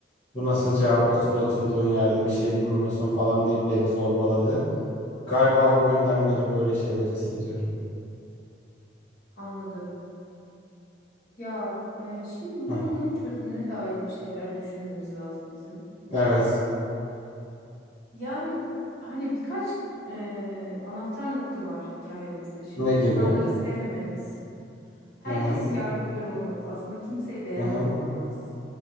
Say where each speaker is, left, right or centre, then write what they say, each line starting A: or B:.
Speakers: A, on the left (about 35°); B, on the left (about 55°).
A: Bu nasıl cevap? Otur oturduğun yerde bir şey bilmiyorsun falan deyip beni zorbaladı. Galiba o günden beri böyle şeyler hissediyorum.
B: Anladım. Ya e, şimdi bu
A: Heh,
B: durumun çözümüne dair bir şeyler düşünmemiz lazım bizim.
A: Evet.
B: Yani hani birkaç eee, anahtar nokta var hikayenizde. Şimdi
A: Ne
B: insanları
A: gibi?
B: sevmemeniz, herkesi
A: Hı hı.
B: yargılıyor olmanız, aslında kimseyi beğenmiyor
A: Hı hı.
B: olmanız.